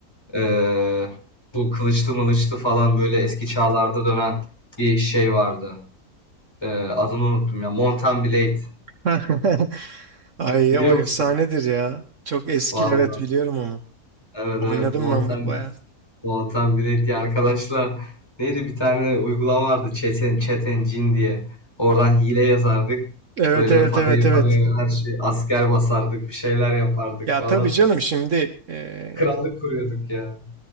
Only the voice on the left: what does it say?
Eee, bu kılıçlı mılıçlı falan böyle eski çağlarda dönen bir şey vardı. Eee, adını unuttum ya. Mount Blade.
Biliyor
musun?
Vallahi.
Evet,
evet. Mount
Volatan Bilek arkadaşlar neydi bir tane uygulama vardı Çeten Çeten Cin diye. Oradan hile yazardık.
Böyle
parayı
parayı her şey asker basardık, bir şeyler yapardık
falan.
Krallık kuruyorduk ya.